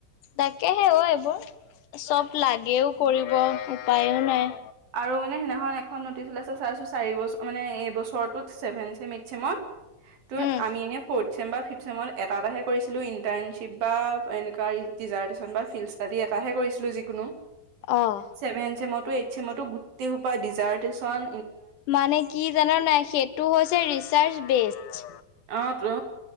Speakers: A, on the left; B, on the right.
A: তাকেহে অ' এইবোৰ চব লাগেওঁ কৰিব উপায়ওঁ নাই।
B: আৰু মানে সেইদিনাখন এখন নটিচ ওলাইছে, চাইছো চাৰ বছৰ মানে এই বছৰতোত চেভেন ছেমি-চেমত তোৰ
A: উম,
B: আমি এনে ৰ্ফট ছিক্স চেম বা ফিফথ চমত এটা এটাহে কৰিছিলোঁ ইণ্টাৰ্শ্বিপ বা এনেুকুৱা ডিজাটেৰ্শ্যন বি ফিল্ডষ্টাডি এটাহে কৰিছিলোঁ। যি কোনো,
A: অ',
B: চেভেন চেমটো এইট চেমটো গোটেইসোপা ডিজাৰ্টেশ্যণ
A: মানে কি জান নে নাই? সেইটো হৈছে ৰিচাৰ্চ বেচ।
B: অ' তো।